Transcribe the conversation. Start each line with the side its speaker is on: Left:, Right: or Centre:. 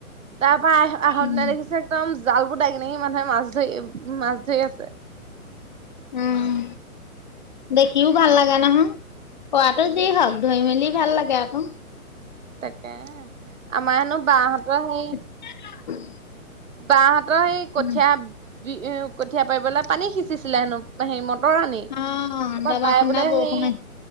Right: তাৰ পৰা আহ আহা
Left: উম।
Right: দিনা দেখিছে, একদম জাল বোৰ দাঙি দাঙি মানুহে মাছ ধৰি উম মাছ ধৰি আছে।
Left: উম দেখিও ভাল লাগে নহয়, পোৱাটো
Right: উম।
Left: যি হওক। ধুই মেলি ভাল লাগে আকৌ।
Right: তাকে, আমাৰ হেনো বা হতৰ সেই,
Left: <unintelligible>
Right: বাহ হতৰ সেই কঠীয়া
Left: উম,
Right: বি কঠীয়া পাৰিবলৈ পানী সিঁচিছিলে হেনো। হেৰি মটৰ আনি। তাপা
Left: অ দবা
Right: বাই
Left: খুন্দা
Right: বোলে
Left: বৰষুণ
Right: হেই,
Left: আহি